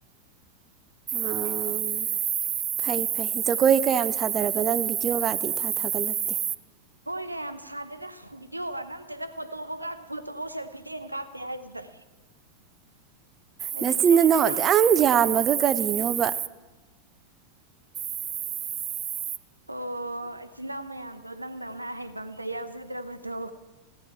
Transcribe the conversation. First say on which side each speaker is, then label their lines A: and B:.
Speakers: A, on the right; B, on the right.
A: ꯑꯣ ꯐꯩ ꯐꯩ ꯖꯒꯣꯏ ꯀꯌꯥꯝ ꯁꯥꯗꯔꯛꯒꯦ ꯑꯗꯨꯒ ꯅꯪ ꯚꯤꯗꯤꯑꯣꯒꯗꯤ ꯏꯊꯥ ꯊꯥꯒꯠꯂꯛꯇꯦ
B: ꯀ ꯌꯥꯝ ꯁꯥꯗꯦꯗ ꯚꯗꯤꯑꯣ ꯀꯥꯟꯅꯝꯗꯦꯗ ꯐꯣꯇꯣꯐꯥꯎ ꯀꯥꯞ ꯐꯣꯇꯣꯐꯥꯎ ꯁꯦꯜꯐꯤꯗꯤ ꯍꯦꯟꯅ ꯀꯥꯞꯇꯦ ꯍꯥꯏꯁꯤꯗ ꯍꯥꯏꯗꯤ
A: ꯅꯆꯤꯟ
B: ꯁꯨꯝ
A: ꯏꯅꯥꯎꯗ
B: ꯈꯤꯇꯪ
A: ꯌꯥꯝ ꯌꯥꯝꯃꯒ ꯀꯔꯤꯅꯣꯕ <unintelligible>
B: ꯑꯣ ꯑꯣ ꯏꯆꯤꯤꯟ ꯏꯅꯥꯎ ꯃꯌꯥꯝꯗꯣ ꯅꯪ ꯅꯧꯅ ꯑꯍꯩꯕ ꯑꯝꯗ ꯌꯥꯎꯖꯗ꯭ꯔꯕꯗꯣ